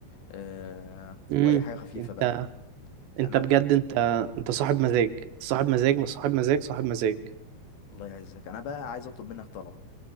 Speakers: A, on the left (about 65°); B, on the right (about 80°).
A: آه،
B: امم
A: واي حاجه خفيفه
B: انت
A: بقى
B: انت
A: يعني أنا
B: بجد
A: بقى
B: انت انت صاحب مزاج صاحب مزاج صاحب مزاج صاحب مزاج
A: الله يعزك انا بقى عايز اطلب منك طلب